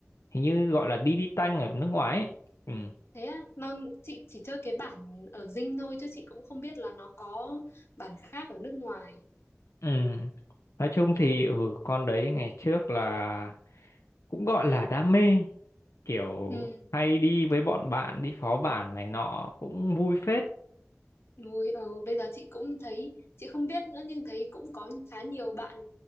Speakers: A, on the left (about 85°); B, on the left (about 60°).
A: hình như gọi là đi đi tanh ở nước ngoài ấy. Ừ.
B: Thế á, nó chị chỉ chơi cái bản ở Dinh thôi chứ chị cũng không biết là nó có bản khác ở nước ngoài.
A: Ừ. Nói chung thì ừ, con đấy ngày trước là cũng gọi là đam mê kiểu
B: Ừ,
A: hay đi với bọn bạn đi phó bản này nọ cũng vui phết
B: rồi ờ, bây giờ chị cũng thấy chị không biết nữa nhưng thấy cũng có khá nhiều bạn